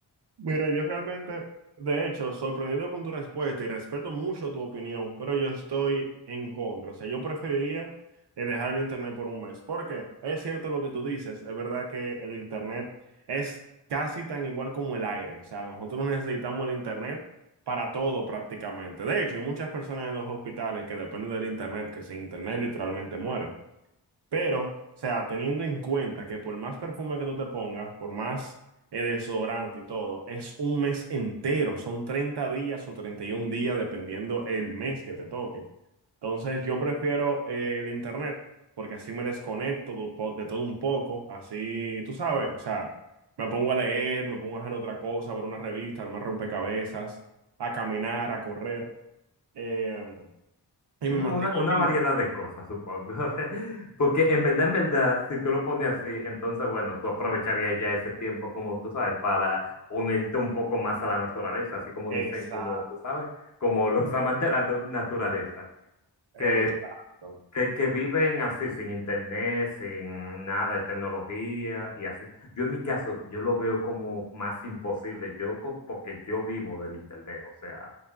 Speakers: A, on the right; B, on the left.
A: Mira, yo realmente, de hecho, sorprendido con tu respuesta y respeto mucho tu opinión, pero yo estoy en contra. O sea, yo preferiría eh, dejar el internet por un mes, porque es cierto lo que tú dices, es verdad que el internet es casi tan igual como el aire. O sea, nosotros necesitamos el internet para todo prácticamente. De hecho, hay muchas personas en los hospitales que dependen del internet, que sin internet literalmente mueren. Pero, o sea, teniendo en cuenta que por más perfume que tú te pongas, por más eh, desodorante y todo, es un mes entero, son 30 días o 31 días, dependiendo el mes que te toque. Entonces, yo prefiero eh, el internet, porque así me desconecto de po- de todo un poco, así, tú sabes, o sea, me pongo a leer, me pongo a hacer otra cosa, a ver una revista, armar rompecabezas, a caminar, a correr, eh, y
B: Mm,
A: me mantengo
B: Una, una variedad
A: limpio.
B: de cosas, supongo. <laughs> Porque en verdad, en verdad, si tú lo pones así, entonces, bueno, tú aprovecharías ya ese tiempo, como tú sabes, para unirte un poco más a la naturaleza, así como
A: Exacto.
B: dicen, como tú sabes, como los amantes de la natu- naturaleza,
A: Exacto.
B: que que, que viven así, sin internet, sin nada de tecnología y así. Yo en mi caso, yo lo veo como más imposible, yo co- porque yo vivo del internet, o sea,